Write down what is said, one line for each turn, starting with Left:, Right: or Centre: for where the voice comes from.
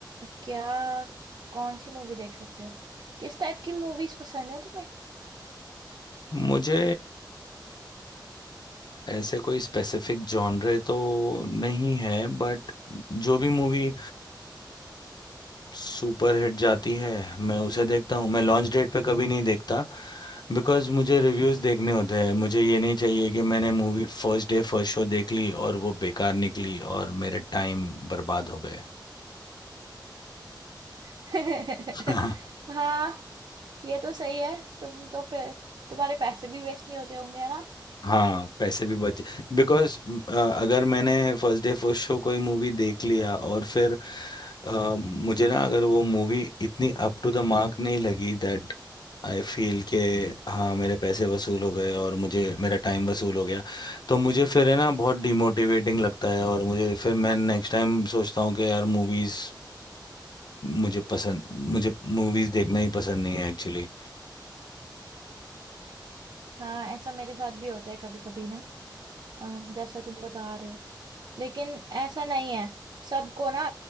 Right: क्या कौन सी मूवी देख सकते हो किस टाइप की मूवीज पसंद है तुम्हें
Left: मुझे ऐसे कोई स्पेसिफिक जॉनरे तो नहीं है बट जो भी मूवी सुपर हिट जाती है मैं उसे देखता हूँ मैं लॉन्च डेट पे कभी नहीं देखता बिकॉज मुझे रिव्यूज़ देखने होते हैं मुझे ये नहीं चाहिए कि मैंने movie first day first show देख ली और वो बेकार निकली और मेरे टाइम बर्बाद हो गए
Right: <laughs>
Left: <laughs>
Right: हाँ ये तो सही है तुम तो फिर तुम्हारे पैसे भी वेस्ट नहीं होते होंगे है ना
Left: हाँ पैसे भी बच बिकॉज अगर मैंने फर्स्ट डे फर्स्ट शो कोई मूवी देख लिया और फिर अ, मुझे ना अगर वो मूवी इतनी अप टू द मार्क नहीं लगी दैट आई फील के हाँ मेरे पैसे वसूल हो गए और मुझे मेरा टाइम वसूल हो गया तो मुझे फिर है ना बहुत डिमोटिवेटिंग लगता है और मुझे फिर मैं नेक्स्ट टाइम सोचता हूँ कि यार मूवीज़ मुझे पसंद मुझे मूवीज़ देखना ही पसंद नहीं है एक्चुअली
Right: हाँ ऐसा मेरे साथ भी होता है कभी कभी ना अ, जैसा तुम बता रहे हो लेकिन ऐसा नहीं है सबको ना